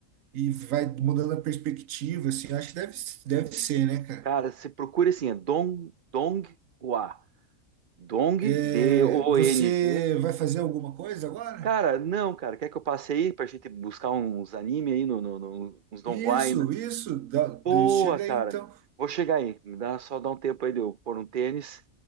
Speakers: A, on the right; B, on the right.
A: e vai mudando a perspectiva, assim, eu acho que deve, deve ser, né, cara?
B: Cara, você procura assim, é Dong, Donghua. Dong,
A: É,
B: D-O-N-G,
A: você vai fazer alguma coisa agora?
B: Cara, não, cara. Quer que eu passe aí pra gente buscar uns anime aí, no, no, no- uns Don
A: Isso,
B: Juan? né?
A: isso, dá-
B: Boa,
A: de- chega
B: cara.
A: aí então.
B: Vou chegar aí. Me dá só dá um tempo aí de eu pôr um tênis